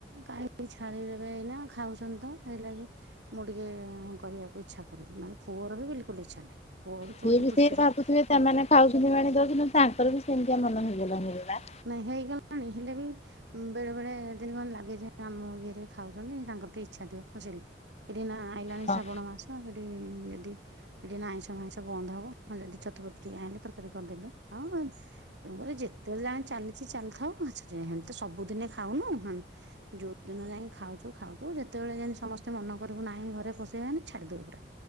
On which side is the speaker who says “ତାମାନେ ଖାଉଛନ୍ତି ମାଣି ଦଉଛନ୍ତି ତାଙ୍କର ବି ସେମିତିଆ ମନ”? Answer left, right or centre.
Left